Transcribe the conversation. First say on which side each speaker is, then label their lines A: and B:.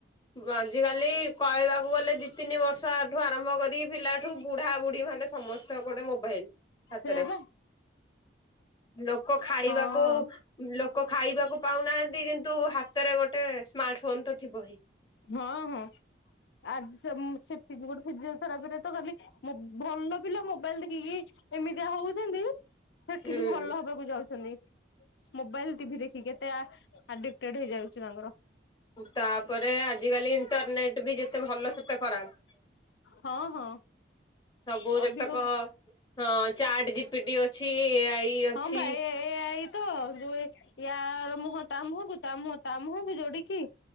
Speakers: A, on the left; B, on the left.
A: ଆଜିକାଲି କହିବାକୁ ଗଲେ ଦି ତିନି ବର୍ଷଠୁ ଆରମ୍ଭ କରିକି ପିଲାଠୁ ବୁଢା ବୁଢୀମାନେ ସମସ୍ତଙ୍କ ଗୋଟେ ମୋବାଇଲ। ହାତରେ
B: ସେଇଆପା,
A: ଲୋକ ଖାଇବାକୁ
B: ହଁଅଅ
A: ଲୋକ ଖାଇବାକୁ ପାଉନାହାନ୍ତି କିନ୍ତୁ ହାତରେ ଗୋଟେ ସ୍ମାର୍ଟ ଫୋନ ତ ଥିବ ହି।
B: ହଁ ହଁ ଆଜି <inaudible> ଗୋଟେ ଫିଜିଓଥେରାପିରେ ତ ଖାଲି ମୋ ଭଲ ପିଲା ମୋ ମୋବାଇଲ ଦେଖିକି ଏମିତିଆ ହଉ <unintelligible> ସେଠିକି
A: ହୁଁ
B: ଭଲ ହବାକୁ ଯାଉଛନ୍ତି। ମୋବାଇଲ, ଟିଭି ଦେଖିକି କେତେ ଆଡିକ୍ଟେଡ ହେଇଯାଉଛି ତାଙ୍କର।
A: ତାପରେ ଆଜିିକାଲି ଇଣ୍ଟରନେଟ୍ ବି ଯେତେ ଭଲ ସେତେ ଖରାପ।
B: ହଁ ହଁ
A: ସବୁ
B: ଅଧିକ
A: ଯେତେକ
B: କ,
A: ହଁ ଚାଟ ଜିପିଟି ଅଛି ଏଆଇ ଅଛି
B: ହଁ ବା ଏ ଏ ଆଇ ତ ଯୋଉ ଏ ଆ ମୁ ହଁ ତା ମୁୁହଁ କୁ ତା ମୁହଁ ତା ମୁୁହଁକୁ ଯୋଡିକି